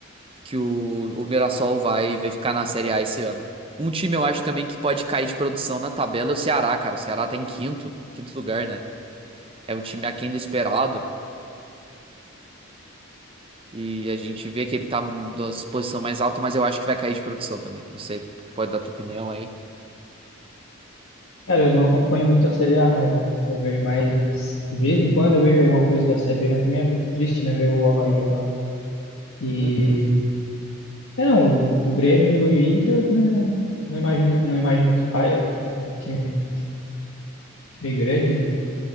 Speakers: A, on the right; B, on the left.
A: que o, o Mirassol vai vai ficar na Série A esse ano. Um time eu acho também que pode cair de produção na tabela é o Ceará, cara. O Ceará tá em quinto, quinto lugar, né? É um time aquém do esperado e a gente vê que ele tá na posição mais alta, mas eu acho que vai cair de produção também. Não sei, tu pode dar tua opinião aí.
B: Cara, eu não acompanho muito a Série A, na real. Eu vejo mais. De vez em quando eu vejo alguma coisa da Série B, mas também é muito triste, né, ver o Avaí jogar. E.
A: Uhum.
B: É, não, o o Grêmio e o Inter eu também não, não imagino, não imagino que caia. Acho que é time, time grande, né?